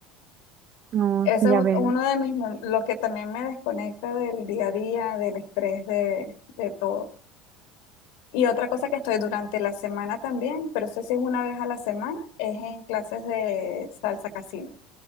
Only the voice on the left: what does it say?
Ese
es
uno de mis, mom- lo que también me desconecta del día a día, del estrés, de, de todo. Y otra cosa que estoy durante la semana también, pero eso sí es una vez a la semana, es en clases de salsa casino.